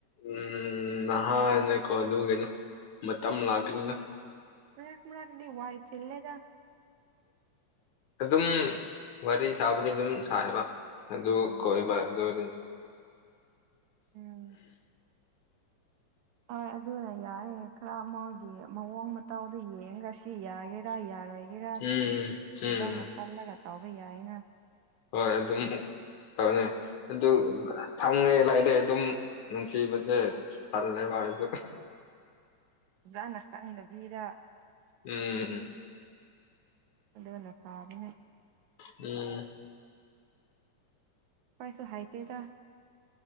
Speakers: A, on the left; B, on the right.
A: ꯎꯝ ꯅꯍꯥꯅꯀꯣ ꯑꯗꯨꯒꯤꯅ ꯃꯇꯝ ꯂꯥꯛꯀꯅꯤꯅ
B: ꯃ ꯃꯔ ꯀꯗꯤ ꯋꯥꯏ ꯆꯂꯦꯒ
A: ꯑꯗꯨꯝ ꯋꯥꯔꯤ ꯁꯥꯕꯗꯤ ꯑꯗꯨꯝ ꯁꯥꯏꯕ ꯑꯗꯨ
B: ꯑ
A: ꯀꯣꯏꯕ ꯑꯗꯨꯅꯤ
B: ꯎꯝ ꯍꯣꯏ ꯑꯗꯨꯅ ꯌꯥꯔ ꯈꯔ ꯑꯃꯒꯤ ꯃꯑꯣꯡ ꯃꯇꯥꯎꯗꯣ ꯌꯦꯡꯒ ꯁꯤ ꯌꯥꯒꯦꯔꯥ ꯌꯥꯔꯣꯏ ꯔꯥ
A: ꯎꯝ ꯎꯝ
B: ꯑꯣꯖꯥꯅ ꯈꯜꯂꯒ ꯇꯥꯎꯕ ꯌꯥꯏꯅ
A: ꯍꯣꯏ ꯑꯗꯨꯝ ꯇꯧꯅꯤ ꯑꯗꯨ ꯐꯪꯉꯦ ꯂꯥꯛꯔꯦ ꯑꯗꯨꯝ ꯅꯨꯡꯁꯤꯕꯁꯦ ꯇꯂꯦ ꯁꯨ
B: ꯑꯣꯖꯥꯅ ꯈꯪꯗꯕꯤꯗ
A: ꯎꯝ ꯎꯝ
B: ꯑꯂꯂ ꯐꯥꯕꯅ
A: ꯎꯝ
B: ꯄꯥꯏꯁꯨꯣ ꯍꯥꯏꯥꯏ ꯇꯦꯗ